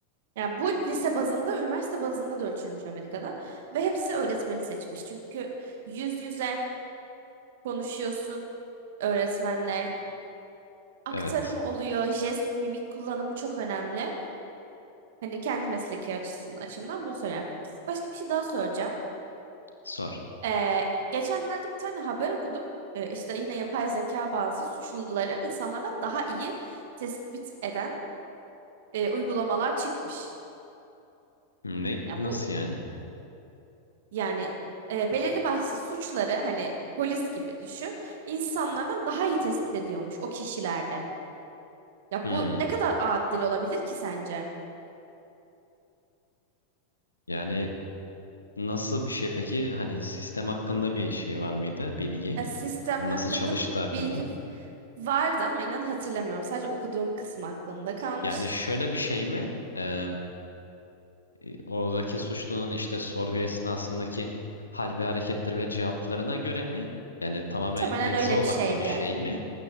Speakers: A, on the right; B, on the left.
A: Ya bu lise bazında, üniversite bazında da ölçülmüş Amerika'da ve hepsi öğretmeni seçmiş. Çünkü yüz yüze konuşuyorsun öğretmenle aktarımı
B: Evet.
A: oluyor, jest, mimik kullanımı çok önemli. Hani kendi mesleki açısından, açımdan bunu söyleyeyim. Başka bir şey daha söyleyeceğim.
B: Sor.
A: Ee, geçenlerde bir tane haber okudum. Ee, işte yine yapay zeka bazı suçluları insanlardan daha iyi tespit eden e, uygulamalar çıkmış.
B: Ne
A: Ya
B: nasıl
A: bu
B: yani?
A: yani e, belirli başlı suçları hani polis gibi düşün, insanlardan daha iyi tespit ediyormuş o kişilerde. Ya
B: Hmm.
A: bu ne kadar adil olabilir ki sence?
B: Yani nasıl bir şey peki? Hani sistem hakkında bir şey var mıydı bilgi?
A: Ya sistem
B: Hani
A: hakkında
B: Nasıl çalıştığı hakkında?
A: bilgi Vardı ama inan hatırlamıyorum. Sadece okuduğum kısmı aklımda kalmış.
B: Yani şöyle bir şey mi? Ee, e, oradaki suçlunun işte sorgu esnasındaki hal ve hareketleri ve cevaplarına göre mi? Yani tamamen
A: Muhtemelen
B: yazı
A: öyle
B: odaklı
A: bir şeydi.
B: bir şey mi?